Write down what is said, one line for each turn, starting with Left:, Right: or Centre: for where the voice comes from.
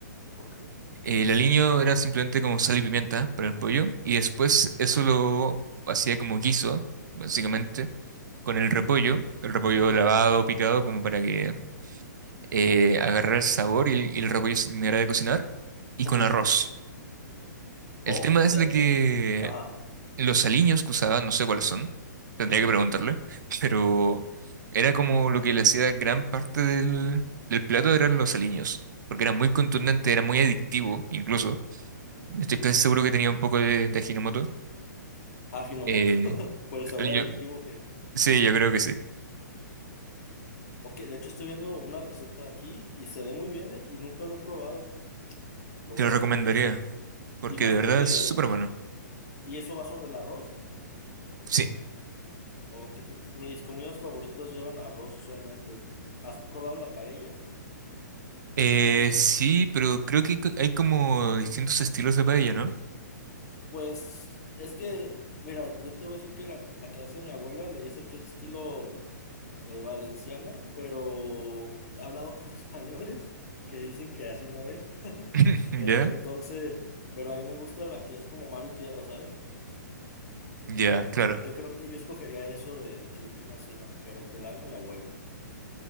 Left: ok.
Right: El aliño era simplemente como sal y pimienta para el pollo. Y después eso lo hacía como guiso, básicamente, con el repollo. El repollo
Left: Ujú.
Right: lavado, picado, como para que eh, agarrara el sabor y el, y el repollo se terminara de cocinar. Y con
Left: Ujú.
Right: arroz. El
Left: Oh,
Right: tema es
Left: de-
Right: de que
Left: ajá,
Right: los aliños que usaba, no sé cuáles son, tendría que preguntarle, <laughs> pero era como lo que le hacía gran parte del, del plato eran los aliños, porque era muy contundente, era muy adictivo incluso. Estoy casi seguro que tenía un poco de, de Ajinomoto.
Left: Ajinomoto,
Right: Eh,
Left: <laughs> por el sabor
Right: yo-
Left: adictivo que...
Right: sí, yo creo que sí.
Left: Ok, de hecho estoy viendo una receta aquí y se ve muy bien eh, y nunca lo he probado. Lo
Right: Te
Left: voy
Right: lo
Left: a
Right: recomendaría,
Left: tener que hacer.
Right: porque
Left: Y más
Right: de verdad
Left: porque...
Right: es súper bueno.
Left: ¿Y eso va sobre el arroz?
Right: Sí,
Left: Ok, y Mis comidas favoritas llevan arroz usualmente. ¿Has probado la paella?
Right: eh, sí, pero creo que co- hay como distintos estilos de paella, ¿no?
Left: Pues es que, mira, yo te voy a decir que la, la que hace mi abuela le dice que es estilo eh, valenciana, pero he hablado con <laughs> españoles que dicen que así no es. <laughs>
Right: <laughs>
Left: Ent-
Right: Ya,
Left: Entonces, pero a mí me gusta la que es como mar y tierra, ¿sabes?
Right: ya, claro.
Left: Yo creo que yo escogería eso de, de última cena, pero que la haga mi abuela.